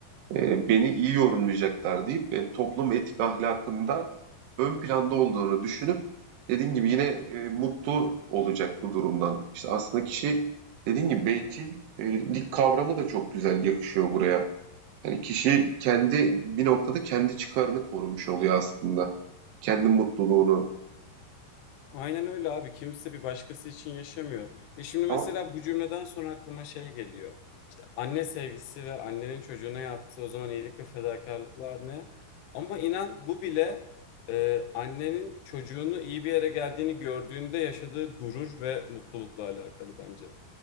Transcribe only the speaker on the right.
e, beni iyi yorumlayacaklar deyip e, toplum etik ahlakında ön planda olduğunu düşünüp dediğin gibi yine e, mutlu olacak bu durumdan. İşte aslında kişi dediğin gibi bencillik kavramı da çok güzel yakışıyor buraya. Yani kişi kendi bir noktada kendi çıkarını korumuş oluyor aslında. Kendi mutluluğunu.
Ama